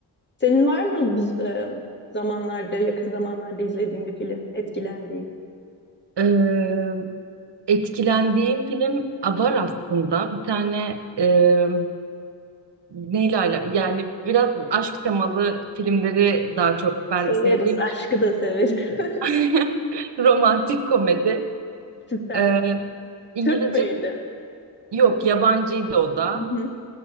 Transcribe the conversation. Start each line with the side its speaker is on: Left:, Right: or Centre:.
Left: Senin var mı bu e, zamanlarda, yakın zamanlarda izlediğin bir film, etkilendiğin?
Right: Eee, etkilendiğim film a, var aslında. Bir tane eee neyle ala- yani biraz aşk temalı filmleri daha çok ben
Left: Severiz,
Right: sevdiğim için.
Left: aşkı da severiz. <laughs>
Right: <laughs> romantik komedi.
Left: Süper.
Right: Eee İngilizce
Left: Türk müydü?
Right: Yok yabancıydı o da.
Left: Hı hı.